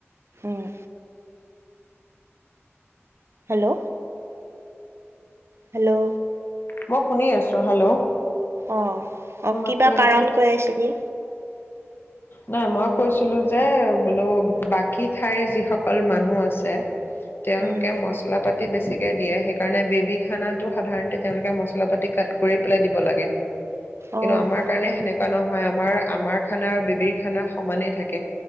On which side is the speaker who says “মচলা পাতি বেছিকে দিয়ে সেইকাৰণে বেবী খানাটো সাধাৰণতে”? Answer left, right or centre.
Left